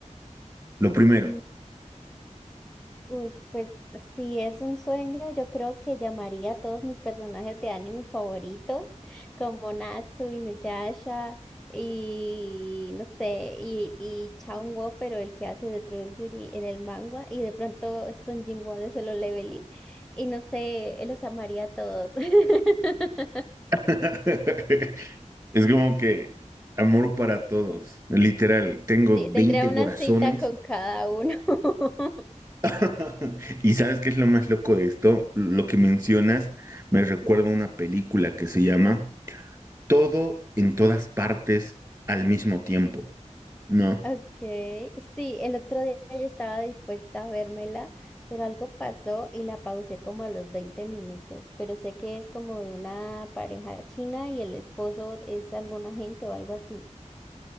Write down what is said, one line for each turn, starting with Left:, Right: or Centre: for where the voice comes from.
Right: Lo primero.
Centre: Ujú. Uy, pues si es un sueño, yo creo que llamaría a todos mis personajes de anime favoritos, como Natsu, Inuyasha y no sé, y, y Chaun pero el que hace de True Beauty en el manga, y de pronto Son Jinwoo de Solo Leveling, y no sé, los amaría a todos. <laughs>
Right: <laughs> Es como que amor para todos, literal. Tengo
Centre: Sí,
Right: 20
Centre: tendría una
Right: corazones.
Centre: cita con cada uno. <laughs>
Right: <laughs> ¿Y sabes qué es lo más loco de esto? Lo que mencionas me recuerda a una película que se llama Todo en todas partes al mismo tiempo, ¿no?
Centre: Okay, sí, el otro día yo estaba dispuesta a vérmela, pero algo pasó y la pausé como a los 20 minutos, pero sé que es como de una pareja china y el esposo es algún agente o algo así.